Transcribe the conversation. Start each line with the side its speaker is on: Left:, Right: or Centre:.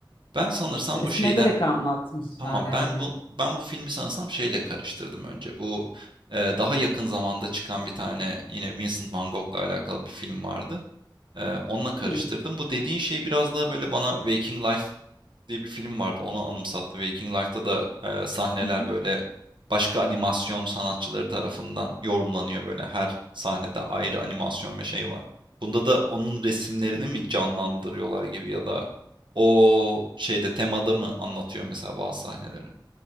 Right: Ben sanırsam
Left: Resmederek
Right: bu şeyden
Left: anlatmışlar
Right: Tamam
Left: yani.
Right: ben bu ben bu filmi sanırsam şeyle karıştırdım önce. Bu e, daha yakın zamanda çıkan bir tane yine Vincent Van Gogh'la alakalı bir film vardı. Eee, onunla karıştırdım.
Left: Hmm.
Right: Bu dediğin şey biraz daha böyle bana Waking Life diye bir film vardı. Onu anımsattı. Waking Life'da da eee, sahneler
Left: Hı hı.
Right: böyle başka animasyon sanatçıları tarafından yorumlanıyor böyle. Her sahnede ayrı animasyon ve şey var. Bunda da onun resimlerini
Left: Hı hı.
Right: mi canlandırıyorlar gibi ya da o şeyde temada mı anlatıyor mesela bazı sahneleri?